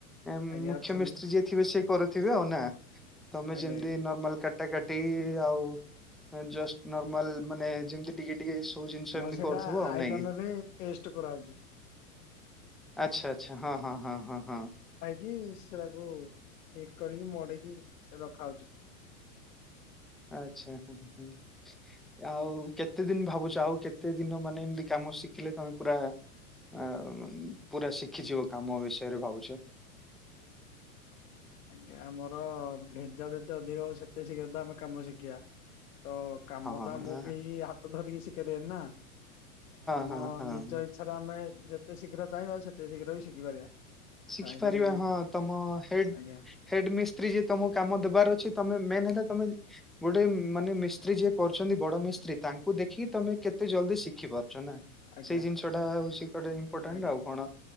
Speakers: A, in the centre; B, on the left.
A: ଆ
B: ଆଜ୍ଞା
A: ମୁଖ୍ୟ
B: ଅଛନ୍ତି
A: ମିସ୍ତ୍ରୀ ଯିଏ ଥିବେ ସେଏ କରିଥିବେ ଆଉ ନା ତମେ
B: ଆଜ୍ଞା
A: ଯେମିତି
B: ଆଜ୍ଞା
A: ନର୍ମାଲା କା କଟା କାଟି ଆଉ ଜସ୍ ନମାଲ ମାନେ ଯେମିତି ଟିକେ ଟିକେ ସବୁ ଜିନିଷ
B: ଆମର
A: ଏମିତି
B: ସେଇଟା
A: କରୁଥିବୁ ଆଉ
B: ଆଇରନ
A: ନାଇଁ କି
B: ରେ ପେଷ୍ଟ କରାହଉଛି
A: ଆଚ୍ଛା ଆଚ୍ଛା ହଁ ହଁ ହଁ ହଁ ହଁ
B: କି ସେଟାକୁ ହିଟ୍ କରିକି ମଡେଇକି ରଖାହଉଛି।
A: ଆଚ୍ଛା ହୁଁ ହଁ ଆଉ କେତେ ଦିନ ଭାବୁଛ ଆଉ କେତେ ଦିନ ମାନେ ଏମତି କାମ ଶିଖିଲେ ତମେ ପୁରା ଆଉ ପୁରା ଶିଖିଯିବ କାମ ବିଷୟରେ ଭାବୁଛ
B: ଆଜ୍ଞା ଆମର ଭେଜା ଭେଜି ଅଧିକ ହବ ସେତେ ଶୀଘ୍ର ତ ଆମେ କାମ ଶିଖିବା ତ କାମ
A: ହଁ
B: ତ ଆମକୁ
A: ହଁ
B: କେହି ହାତ ଧରିକି ଶିଖେଇ ଦେବେନିନା ଆମ
A: ହଁ ହଁ
B: ନିଜ ଇ ଛାରେ ଆମେ ଯେତେ ଶୀଘ୍ର ଚାହିଁବା ସେତେ ଶୀଘ୍ର ବି ଶିଖିପାରିବା
A: ଶିଖିପାରିବା
B: ଚାହିଁଲେ
A: ହଁ ତମ ହେଡ
B: ଆଜ୍ଞା
A: ହେଡ ମିସ୍ତ୍ରୀ ଯେ ତମକୁ କାମ ଦେବାର ଅଛି ତମେ ମେନ୍ ହେଲା ତମେ ଗୋଟେ ମାନେ ମିସ୍ତ୍ରୀ ଯିଏ କରୁଛନ୍ତି ବଡ ମିସ୍ତ୍ରୀ ତାଙ୍କୁ ଦେଖିକି ତମେ କେତେ ଜଲଦି ଶିଖି ପାରୁଛ ନା
B: ଆଜ୍ଞା
A: ସେଇ ଜିନିଷଟା ହଉଛି ଗୋଟେ ଇମ୍ପୋର୍ଟାଣ୍ଟ
B: ଆଜ୍ଞା।
A: ଆଉ କଣ